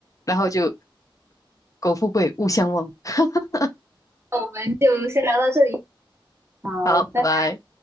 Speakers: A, on the left; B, on the right.
A: 然后就苟富贵，勿相忘。<laughs>
B: 那我们就先聊到这里，好，
A: 好，
B: 拜拜。
A: 拜拜。